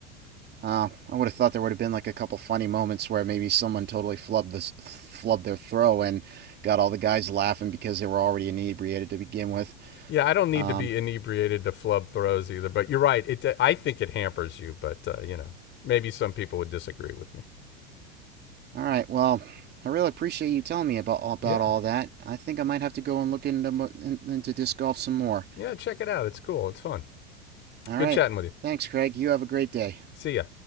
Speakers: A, on the right; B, on the left.
A: Uh, I would have thought there would have been like a couple funny moments where maybe someone totally flubbed this flubbed their throw and got all the guys laughing because they were already inebriated to begin with.
B: Yeah, I don't need
A: Um,
B: to be inebriated to flub throws either. But you're right. It I think it hampers you, but uh, you know, maybe some people would disagree with me.
A: all right, well, I really appreciate you telling me about about
B: Yeah,
A: all that. I think I might have to go and look into into disc golf some more.
B: yeah. Check it out. It's cool. It's fun.
A: All
B: Good
A: right,
B: chatting with you.
A: thanks, Craig. You have a great day.
B: See ya.